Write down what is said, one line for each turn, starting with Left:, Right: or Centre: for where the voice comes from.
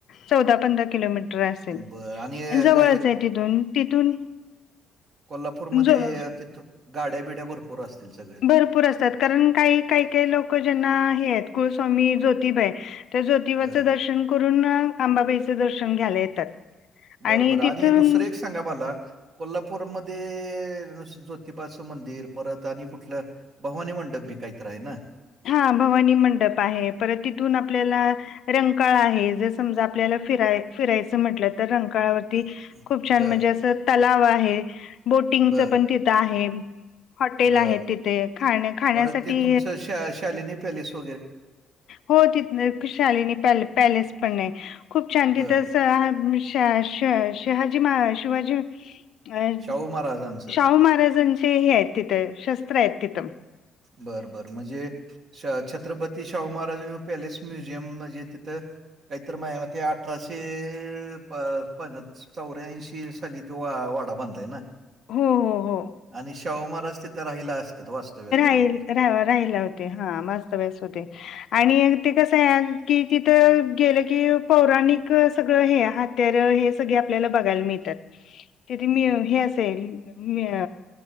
Left: चौदा पंधरा किलोमीटर असेल
Right: बरं आणि अ,
Left: जवळच
Right: ज
Left: आहे तिथून तिथून.
Right: कोल्हापूरमध्येध्ये,
Left: ज
Right: तिथ गाड्या बिड्या भरपूर असतील सगळे.
Left: भरपूर असतात कारण काही काही काही लोक ज्यांना हे आहेत कुलस्वामी जोतिबा. त्या ज्योतिबाच
Right: बरं.
Left: दर्शन करून आंबाबाईच दर्शन घ्यायला येतात. आणि
Right: बरं बरं
Left: तिथून
Right: दुसरं एक सांगा मला कोल्हापूरमध्ये ज्योतिबाच आ मंदिर परत आणि कुठल भवानी मनडपं बी काय तरी आहे ना,
Left: हा भवानी मंडप आहे परत तिथून आपल्याला रंकाळ आहे. जर समजा आपल्याला फिरा फिरायच म्हटल तर रंकाळावर
Right: हं, हं.
Left: खूप छान
Right: बर
Left: म्हणजे अस तलाव आहे. बोटिंगच
Right: बर
Left: पण तिथ आहे. हॉटेल
Right: बर
Left: आहेत तिथे. खाण्या -खाण्यासाठी
Right: परत ते तुमचं शा शालिनी पॅलेस वर
Left: हो तिथ शालिनी पॅलेस पण आहे. खूप छान तिथ
Right: बर
Left: <unintelligible> म शिवाजी अ
Right: शाहू महाराजांचं
Left: शाहू महाराजांचे हे आहेत तिथ शस्त्र आहेत तिथ.
Right: बर बर म्हणजे, छत्रपती शाहू महाराजा पॅलेस म्युझियम म्हणजे तिथ काहीतरी माझ्यामते अठराशे अ अ पं चौऱ्याऐंशी साली तो वाडा बांधलाय ना.
Left: हो हो हो
Right: आणि शाहुमहाराज तिथे राहिला असत्यात वास्तव्याला. काहीतरी
Left: हे राहिले होते. हा वास्तव्यास होते. आणि ते कस आहे की तिथ गेल की पौराणिक सगळ हे तर, हे सगळे आपल्याला बघायला मिळतात. तरी मी
Right: हं.
Left: हे असेल मी